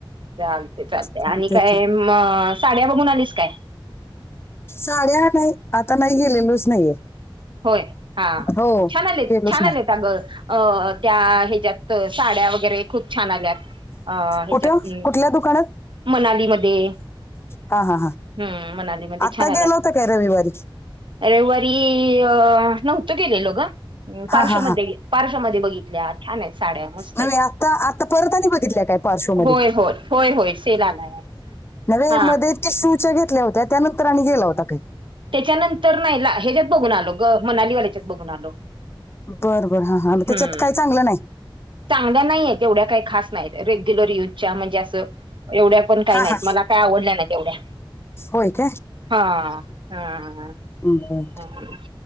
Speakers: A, on the right; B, on the left.
A: चालते, चालते
B: चालतंय
A: आणि काय
B: की
A: म साड्या बघून आलीस काय?
B: साड्या नाही आता नाही गेलेलोच नाहीये.
A: होय हा
B: हो
A: छान आले,
B: गेलोच
A: छान
B: नाही
A: आलेेत आग अ त्या हेच्यात साड्या व वगैरे खूप छान आल्यात अ ह्याच्यात
B: कुठं कुठल्या दुकानात
A: मनालीमध्ये,
B: हा हा हा
A: हम्म मनालीमध्ये
B: आता
A: छान आल्यात
B: गेला होता काय रविवारी.
A: रविवारी अ नव्हत गेलेलो ग! पार्श्व
B: हा हा
A: मध्ये,
B: हा
A: पार्श्व मध्ये बघितल्या छान आहेत साड्या, मस्त
B: नव्हे
A: आहेत.
B: आता आता परत आणि बघितल्या काय पार्श्वमध्ये
A: होय, होय! होय, होय! सेल आलाय.
B: नाहीनाहीमध्ये
A: हा
B: त शूच्या घेतल्या होत्या त्यानंतर आणि गेला होता काय?
A: त्याच्यानंतर नाही ह्याच्यात बघून आलो ग, मनालीवाल्याच्यात बघून आलो.
B: बर बर हा! हा मग
A: हम्म!
B: त्याच्यात काय चांगलं नाही
A: चांगल्या नाही आहेत, एवढ्या काही खास नाहीत, रेग्युलर युजच्या म्हणजे असं एवढ्या पण काही
B: हा
A: नाहीत
B: हा
A: मला काय आवडल्या नाहीत एवढ्या.
B: होय काय.
A: हा हा
B: बर
A: <unintelligible>